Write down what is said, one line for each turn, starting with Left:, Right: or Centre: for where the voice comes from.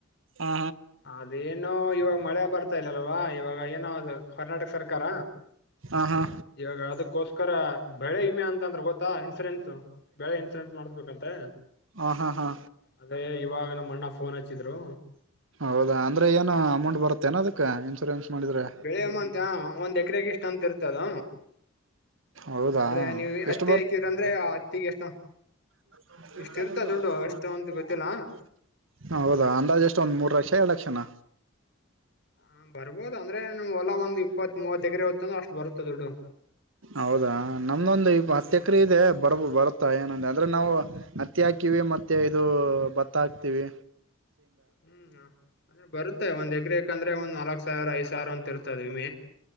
Right: ಹಾ
Left: ಅದೇನು ಇವಾಗ ಮಳೆ ಬರ್ತಾ ಇಲ್ಲ ಅಲ್ವಾ ಇವಾಗ ಏನ ಕರ್ನಾಟಕ ಸರ್ಕಾರ
Right: ಆಹಾ
Left: ಇವಾಗ ಅದಕ್ಕೋಸ್ಕರ ಬೆಳೆ ಇಮೆ ಅಂತ ಅಂದ್ರೆ ಗೊತ್ತಾ ಇನ್ಸೂರೆನ್ಸ್ ಬೆಳೆ ಇನ್ಸೂರೆನ್ಸ್ ಮಾಡಸ್ಬೇಕಂತೆ
Right: ಹ ಹಾ ಹಾ
Left: ಅದೇ ಇವಾಗ ನಮ್ಮ ಅಣ್ಣ ಫೋನ್ ಹಚ್ಚಿದ್ರು
Right: ಹೌದಾ ಅಂದ್ರೆ ಏನು ಅಮೌಂಟ್ ಬರುತ್ತೆೇನ ಅದಕ್ಕೆ ಇನ್ಸೂರೆನ್ಸ್ ಮಾಡಿದ್ರೆ
Left: ಬೆಳೆಯಮ್ಮ ಅಂತ ಒಂದ್ ಎಕರೆಗ ಇಷ್ಟ ಅಂತ ಇರ್ತದ
Right: ಹೌದಾ
Left: ಅಂದ್ರೆ ನೀವು
Right: ಎಷ್ಟು
Left: ಅತ್ತಿ ಹಾಕ್ರ ಅಂದ್ರೆ ಅತ್ತಿಗ ಎಷ್ಟ
Right: ನ <unintelligible>
Left: ಇಷ್ಟ ಇರ್ತ ದುಡ್ಡು ಎಷ್ಟು ಅಂತ ಗೊತ್ತಿಲ್ಲ
Right: ಹೌದಾ ಅಂದಾಜ ಅಷ್ಟ ಒಂದ್ ಮೂರು ಲಕ್ಷ ಎರಡ್ ಲಕ್ಷನ
Left: ಹಾ ಬರ್ಬೋದು ಅಂದ್ರೆ ನಿಮ್ ಹೊಲ ಒಂದ್ ಇಪ್ಪತ್ ಮೂವತ್ ಎಕರೆ ಹೊತ್ತು ಅಂದ್ರೆ ಅಷ್ಟ್ ಬರುತ್ತ ದುಡ್ಡು
Right: ಹೌದಾ ನಮ್ದೊಂದು ಇ ಹತ್ತ
Left: ಹ್ಮ್
Right: ಎಕರೆ ಇದೆ ಬರಬ ಬ ಬತ್ತಾ ಏನಂದ ಅಂದ್ರೆ ನಾವು ಹತ್ತಿ ಹಾಕಿವವಿ ಮತ್ತೆ ಇದು ಭತ್ತ ಹಾಕ್ತೀವಿ
Left: ಹ್ಮ್ ಅ್ರೆ ಬರುತ್ತೆ ಒಂದ್ ಎಕ್ರಕ್ಂದ್ರೆ ಒಂದ ನಲ್ಕಕ್ ಸಾವಿರ ಐದ ಸಾವಿರ ಅಂತ ಇರುತ್ತ ಾದಮ